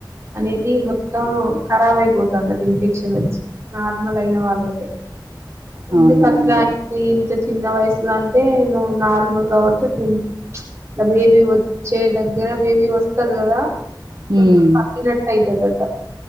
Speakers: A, on the right; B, on the right.
A: అనేది మొత్తం ఖరాబ్ అయిపోతుందట ఇన్ఫెక్షన్ వచ్చి నార్మల్ అయిన వాళ్ళకే ఎందుకు
B: అవునా
A: అట్లా
B: అండి
A: అయింది ఇంత చిన్న వయసులో అంటే అయితే నువ్వు నార్మల్ కావొచ్చు ట్విన్స్ మ్ చ్ బేబీ వచ్చే దగ్గర బేబీ వస్తది కదా కొంచం
B: మ్మ్
A: తగ్గినట్టయితదట